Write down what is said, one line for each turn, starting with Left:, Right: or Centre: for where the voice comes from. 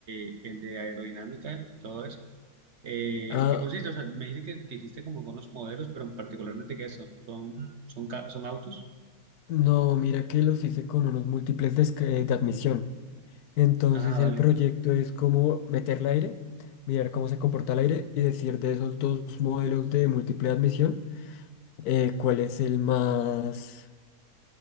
Right: eh, el de aerodinámica y todo eso. Eh,
Left: Ah,
Right: ¿en qué consiste? O sea, me dice que, que hiciste como con los modelos, pero particularmente qué son, son, son, ca- son autos.
Left: no, mira que los hice con unos múltiples de, esc- eh, de admisión. Entonces
Right: Ah, vale.
Left: el proyecto es como meter el aire, mirar cómo se comporta el aire y decir de esos dos modelos de múltiple admisión, eh, cuál es el más